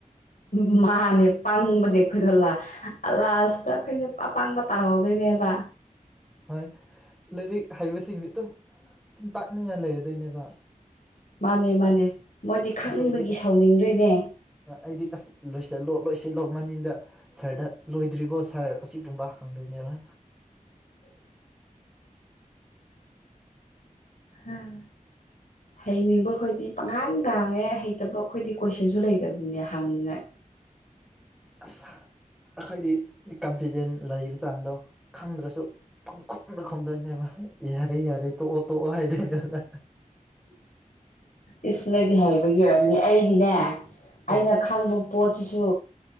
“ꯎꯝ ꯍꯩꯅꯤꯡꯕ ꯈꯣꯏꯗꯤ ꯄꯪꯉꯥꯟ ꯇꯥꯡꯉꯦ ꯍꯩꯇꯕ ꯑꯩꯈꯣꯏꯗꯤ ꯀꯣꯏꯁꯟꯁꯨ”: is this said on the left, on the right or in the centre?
Left